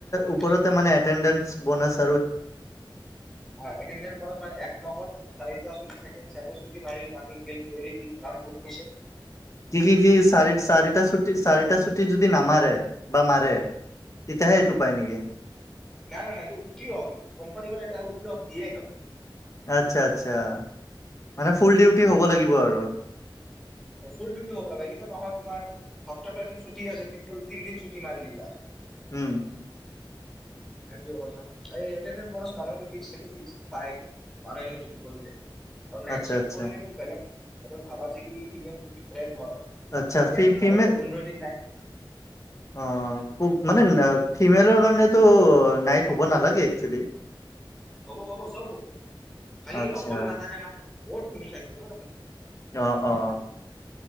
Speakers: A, on the left (about 35°); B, in the centre.
A: ওপৰতে
B: ফিক্স
A: মানে এটেণ্ডেস ব ।
B: হয় <unintelligible> এক মাহত চাৰিটা ছুটি থাকে! চাই চুি মাৰি গ পেছে
A: কি কি কি চাৰি চাৰিটা চাৰিটা ছুটি যদি নামাৰে। মাৰে তেতিয়াহে এইটো। পায় নেকি?
B: নাই নাই নাই এইটো ৱেকলি হব্ এইটো কোম্পানীৰ পৰা। ক কফ দিয়ে খ
A: আচ্ছা আচ্ছা। মানে ফুল ডিউটি হ'ব লাগিব আৰু
B: ফুল ডিউটি হব লাগে। নহয় তোমাৰ সপ্তাহটো এদিন ছুটি আছে তিনিদিন ছুটি মাৰি দিলা।
A: উম।
B: সেইটো য়ে কথা এই এ বৰ মানুহ ফস সেইটো ফ্সটো পায় মানুহ এনে কৰিলে। আৰু নাইট
A: আচ্ছা
B: চীফ
A: আচ্ছা।
B: কৰিলেতো বেলেগ। অকল ভাবা যিখিনি ফিমেল ডিফাৰেণ্ট হয়
A: আচ্ছা
B: ই
A: ফি
B: এক
A: ফিমেল
B: মাহত পোন্ধৰ দিন নাই।
A: অ' মানে ফিমেলৰ কাৰণে টো নাইট হ'ব নালাগে একচোৱেলি।
B: হ'ব, হ'ব চব হ'ব খালি
A: আচ্ছা
B: অকলে নাথাকে না। বহুত শুনি থাকো ন।
A: অ', অ'।